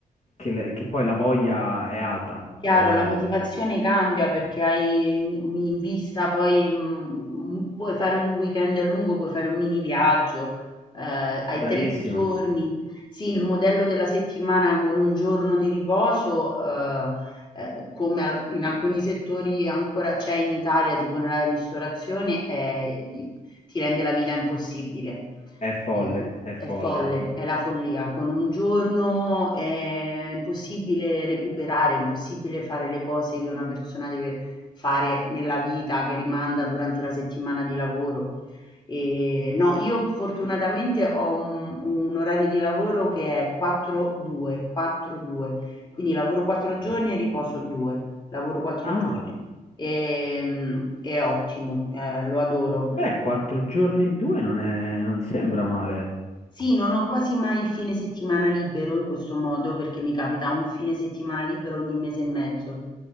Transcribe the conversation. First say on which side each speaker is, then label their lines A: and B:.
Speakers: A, on the left; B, on the left.
A: che le- che poi la voglia è alta.
B: Chiaro,
A: Eh,
B: la motivazione cambia perché hai in in vista poi, mhmm, puoi fare un weekend lungo, puoi fare un mini viaggio, ehm, hai
A: bravissima,
B: 3 giorni. Sì, il modello della settimana con un giorno di riposo, ehm, ehm, come al in alcuni settori ancora c'è in Italia, tipo nella ristorazione, ehm, i ti rende la vita impossibile.
A: è folle,
B: Eh,
A: è folle.
B: è folle, è la follia. Con un giorno è impossibile recuperare, è impossibile fare le cose che una persona deve fare nella vita, che rimanda durante la settimana di lavoro. E, no, io fortunatamente ho un, un orario di lavoro che è 4-2, 4-2, quindi lavoro 4 giorni e riposo 2, lavoro 4
A: Ah.
B: giorni e, mm, è ottimo, eh, lo adoro.
A: Beh, quattro giorni e due non è... non sembra male.
B: Sì, non ho quasi mai il fine settimana libero in questo modo, perché mi capita un fine settimana libero ogni mese e mezzo.